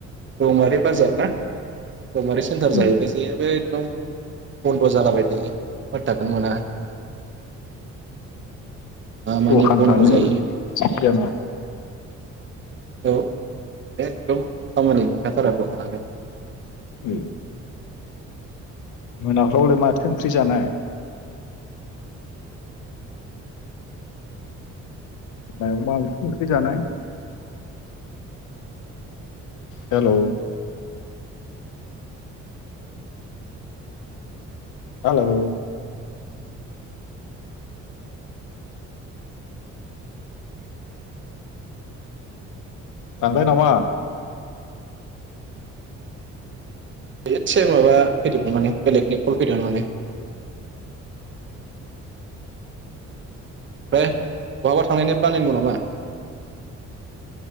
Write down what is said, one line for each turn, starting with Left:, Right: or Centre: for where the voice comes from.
Right: रौमारि बाजार ना गमारि सेन्टार
Left: दखानफ्रानो
Right: जाहैबाय जेबो औ बन्द जालाबाय थायो पाटाखोनो मोना मा
Left: दखानफ्रानो
Right: मानि बन्द' जायो
Left: थिग जाना
Right: औ एखदम खामानि मोनखाथारा दखानानो
Left: उ मोनाफ्रावलाय माथो ओंख्रि जानाय मायाव मा ओंखि ओंख्रि जानाय हेल' हेल' थांबाय नामा
Right: एसे माबा फैदोंमोन माने बेलेगनि कल फैदोंमोन माने ओमफ्राय बहाबा थांनायनि प्लानिं दं नामा